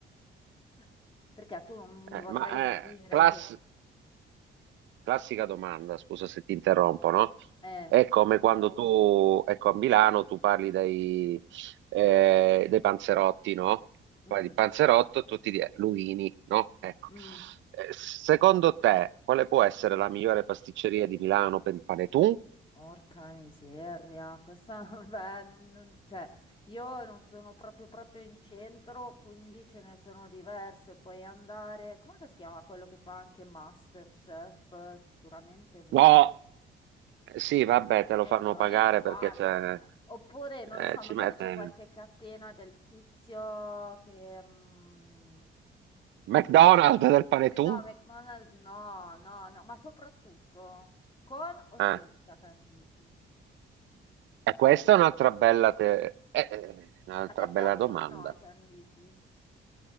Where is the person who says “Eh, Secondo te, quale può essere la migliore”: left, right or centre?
Right